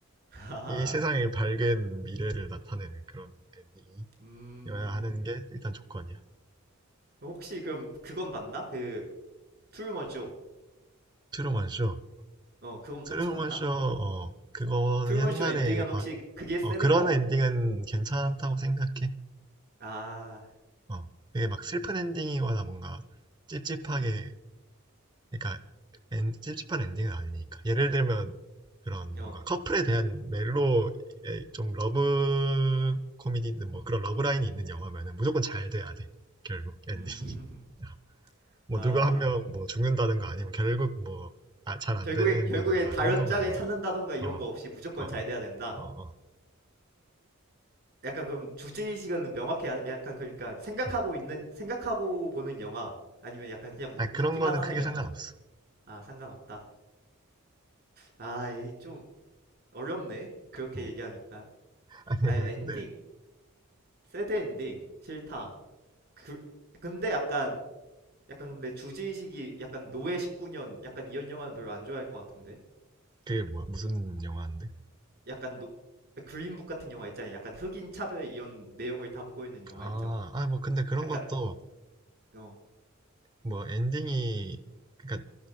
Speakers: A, on the right; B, on the right.
A: <laughs> 하하.
B: 이 세상의 밝은 미래를 나타내는 그런 엔딩이어야
A: 음,
B: 하는 게 일단 조건이야.
A: 혹시 그럼 그건 봤나? 그 트루먼 쇼.
B: 트루먼 쇼.
A: 어, 그건
B: 트루먼
A: 혹시 봤나?
B: 쇼, 어, 그거
A: 트루먼
B: 옛날에
A: 쇼 엔딩은
B: 봤,
A: 혹시 그게 새든가?
B: 어, 그런 엔딩은 괜찮다고 생각해.
A: 아,
B: 어, 그게 막 슬픈 엔딩이거나 뭔가 찝찝하게
A: 음,
B: 그러니까 엔- 찝찝한 엔딩은 아니니까. 예를 들면 그런 뭔가
A: 어,
B: 커플에 대한 멜로 좀 러브 코미디든 뭐 그런 러브 라인이 있는 영화면은 무조건 잘 돼야 돼. 결국
A: 음,
B: 엔딩이.
A: <laughs>
B: <laughs> 뭐
A: 아,
B: 누가 한 명 뭐 죽는다든가 아니면 결국 뭐잘 안
A: 결국에
B: 된다든가
A: 결국에 다른
B: 이런 거면
A: 짝을
B: 안
A: 찾는다던가
B: 돼.
A: 이런
B: 어,
A: 거 없이 무조건
B: 어,
A: 잘 돼야 된다.
B: 어, 어.
A: 약간 그럼 주제의식은 명확해야 약간 그러니까 생각하고
B: 음.
A: 있는 생각하고 보는 영화 아니면 약간 그냥 우-
B: 아니, 그런
A: 웃기만
B: 거는
A: 하는
B: 크게
A: 영화.
B: 상관없어.
A: 아, 상관없다. 아, 이 좀 어렵네. 그렇게
B: 음.
A: 얘기하니까.
B: <laughs>
A: 아니, 엔딩,
B: 근데
A: 새드 엔딩, 싫다. 그, 근데 약간, 약간 근데 주제의식이 약간 노예 19년, 약간 이런 영화는 별로 안 좋아할 것 같은데?
B: 그게 뭐 무슨 영화인데?
A: 약간 노, 그린북 같은 영화 있잖아. 약간 흑인 차별 이런 내용을 담고 있는 영화
B: 아,
A: 있잖아.
B: 아, 뭐 근데 그런
A: 약간,
B: 것도
A: 어,
B: 뭐 엔딩이 그러니까